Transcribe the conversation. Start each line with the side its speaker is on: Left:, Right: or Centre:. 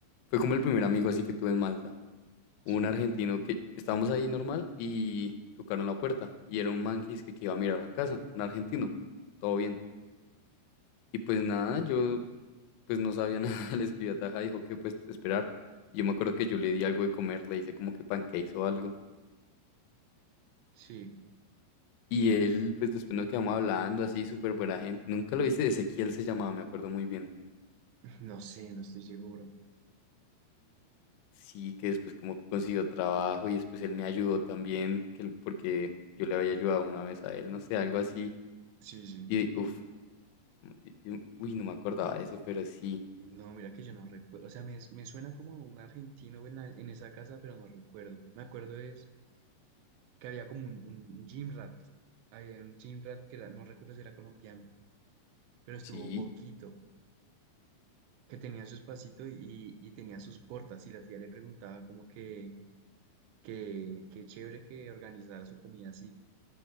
Left: fue como el primer amigo así que tuve en Malta. un
Right: sí.
Left: argentino que estábamos ahí normal y tocaron la puerta y era un man que dizque que iba a mirar la casa, un argentino,
Right: Mm,
Left: todo bien. Y pues nada, yo pues no sabía <laughs> nada, le escribí a Taja, dijo que pues esperar. Y yo me acuerdo que yo le di algo de comer, le hice como que pancakes o algo.
Right: sí.
Left: Y él pues después nos quedamos hablando así, súper buena gente. Nunca lo viste, Ezequiel se llamaba, me acuerdo muy bien.
Right: <laughs> No sé, no estoy seguro.
Left: Sí, que después como que consiguió trabajo y después él me ayudó también, que él- porque yo le había ayudado una vez a él, no sé, algo así.
Right: Sí, sí.
Left: Y uff, Yo- yo- uy, no me acordaba de eso, pero sí,
Right: No, mira que yo no recuerdo. O sea, me, me suena como un argentino en, la- en esa casa, pero no recuerdo. Me acuerdo es que había como un, un gym rat. Había un gym rat que era- no recuerdo si era colombiano, pero estuvo
Left: sí.
Right: poquito. Que tenía su espacito y, y tenía sus portas. Y la tía le preguntaba como que. que qué chévere que organizara su comida así.